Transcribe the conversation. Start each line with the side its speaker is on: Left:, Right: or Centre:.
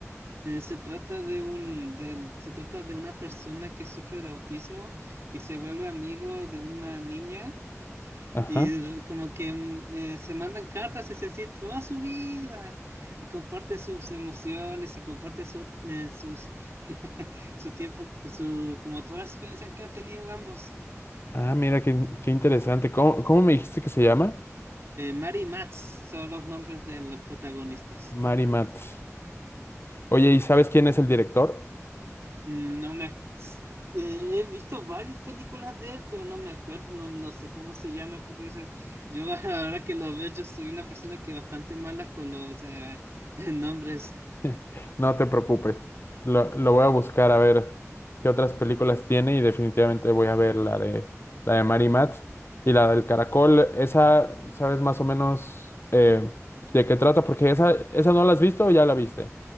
Right: Eh, se trata de un, del- se trata de una persona que sufre de autismo y se vuelve amigo de una niña
Left: Ajá.
Right: Y r- como que mm, eh, se mandan cartas, es decir, toda su vida, y comparte sus emociones, y comparte su, eh, sus, <laughs> su tiempo, su, como todas las experiencias que han tenido ambos.
Left: Ah, mira, qué, qué interesante. ¿Cómo, cómo me dijiste que se llama?
Right: Eh, Mary y Max son los nombres de los protagonistas.
Left: Mary Mats. Oye, ¿y sabes quién es el director?
Right: Mm, No me, ac- s- eh, he visto varias películas de él, pero no me acuerdo, no, no sé cómo se llama, porque ese- yo <laughs> ahora que lo veo, yo soy una persona que bastante mala con los eh, <laughs> nombres.
Left: <laughs> No te preocupes. Lo, lo voy a buscar a ver qué otras películas tiene y definitivamente voy a ver la de la de Mary Matz y la del Caracol. Esa, ¿sabes más o menos eh, de qué trata? Porque esa, esa no la has visto o ya la viste.